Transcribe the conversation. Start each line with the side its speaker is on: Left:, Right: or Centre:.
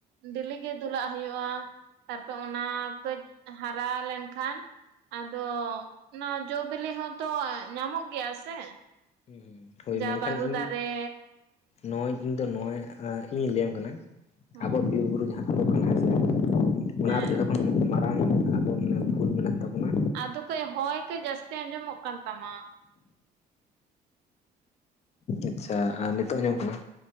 Right: ᱰᱮᱞᱤ ᱜᱮ ᱫᱩᱞᱟᱜ ᱦᱩᱭᱩᱜᱼᱟ ᱛᱟᱨᱯᱚᱨ ᱚᱱᱟ ᱠᱟᱹᱡᱽ ᱦᱟᱨᱟ ᱞᱮᱱ ᱠᱷᱟᱱ ᱟᱫᱚ ᱚᱱᱟ ᱡᱚ ᱵᱤᱞᱤ ᱦᱚᱸᱛᱚ ᱧᱟᱢᱚᱜ ᱜᱮᱭᱟ ᱥᱮ
Left: ᱦᱩᱸ ᱦᱩᱸᱦᱳᱭ
Right: ᱡᱟ
Left: ᱢᱮᱱᱠᱷᱟᱱ
Right: ᱵᱟᱹᱨᱩ
Left: ᱤᱧ
Right: ᱫᱟᱨᱮ
Left: ᱱᱚᱜᱼ ᱚᱭ ᱤᱧ ᱫᱚ ᱱᱚᱭ ᱤᱧ ᱞᱟᱹᱭᱟᱢ ᱠᱟᱱᱟ
Right: ᱦᱮᱸ
Left: ᱟᱵᱚᱣᱟᱜ ᱵᱤᱨ ᱵᱩᱨᱩ ᱡᱟᱸᱦᱟ <unintelligible> ᱚᱱᱟ
Right: ᱦᱮᱸ
Left: ᱡᱮᱨᱚᱠᱚᱢ ᱢᱟᱨᱟᱝ ᱟᱵᱚ ᱵᱷᱩᱞ ᱢᱮᱱᱟᱜ ᱛᱟᱵᱚᱱᱟ
Right: ᱟᱫᱚ ᱠᱟᱹᱡᱽ ᱦᱚᱭ ᱠᱟᱹᱡᱽ ᱡᱟᱹᱥᱛᱤ ᱟᱸᱡᱚᱢᱚᱜ ᱠᱟᱱ ᱛᱟᱢᱟ
Left: ᱟᱪᱪᱷᱟ ᱟᱨ ᱱᱤᱛᱚᱜ ᱟᱸᱡᱚᱢᱚᱜ ᱠᱟᱱᱟ